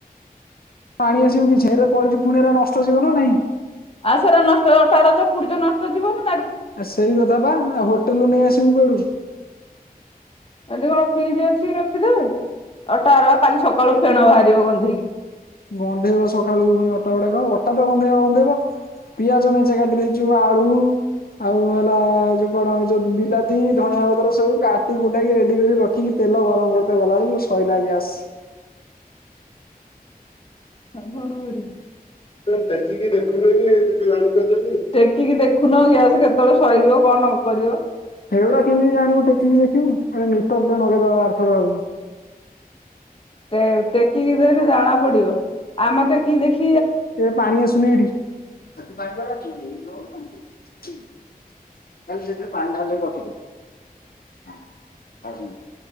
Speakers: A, on the left; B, on the left.
A: ପାଣି ଆସିବୁ
B: <unintelligible>
A: କିଛି ଏରା କରିଛୁ ପୁଣି ଏରା ନଷ୍ଟ ଯିବ ନା ନାଇଁ।
B: ଆଉ ସେରା ନଷ୍ଟ ଅଠାର ତ ପୁଣି ତ ନଷ୍ଟ ଯିବ ନା।
A: ଆ ସେଇ କଥା ବା ଆଉ ହୋଟେଲରୁୁ ନେଇ ଆସିବୁ କୁଆଡୁ।
B: ଏଠି କଣ ଫ୍ରିଜ୍ ଅଛି ରଖିଦବେ ଆଉ ତାର ବା ଖାଲି ସକାଳୁ ଫେଣ ବାହାରିବ ଗ
A: ଗନ୍ଧେଇବ ସକାଳୁୁ ପୁଣି ଅଟା ଗୁଡାକ, ଅଟା ତ ଗନ୍ଧେଇବ ଗନ୍ଧେଇବ ପିଆଜ ମେଞ୍ଚେ କାଟି ଦେଇଚୁ, ଆଳୁ ଆଉ ହେଲା ଯୋଉ କଣ ଏ ଯୋଉ ବିଲାତି, ଧଣିଆ ପତ୍ର ସବୁ କାଟି କୁଟାକି ରେଡି କରି ରଖିକି ତେ ତେଲ ଗରମ କରିତେ ଗଲାବେଳକୁ ସଇଲା ଗ୍ୟାସ।
B: <inaudible> ଆଉ କଣ କରିବୁ। ତମେ ଟେକିକି ଦେଖୁନ କି <unintelligible> ଟେକିକି ଦେଖୁନ ଗ୍ୟାସ କେତେବେଳେ ସରିବ କ ଣ କରିବ?
A: ସେଗୁଡା କେମିତି ଜାଣିବୁ ଟେକିକି ଦେଖିବୁ ଆମେ ମିଟର ଟେ ଲଗେଇଦବା ଆରଥରକ ଭାବୁଚି।
B: ଏ ଟେକି ଦେଖେ ଜଣା ପଡିବ, ଆମେ ଟେକି ଦେଖି
A: ଏ ପାଣି ଆସୁନି ଏଠି। ଖାଲି ସେଥିରେ ପାଣି ଢାଳିଦେଇ ରଖିଦେ <unintelligible>